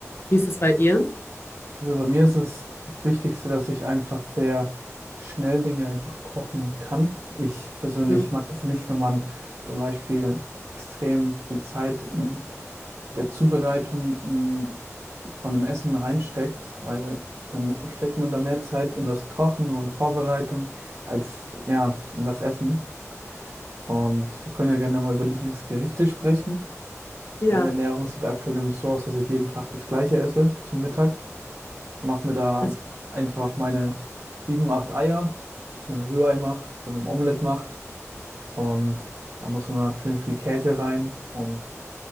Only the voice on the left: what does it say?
Wie ist das bei dir?
Mhm.
Ja.
Das,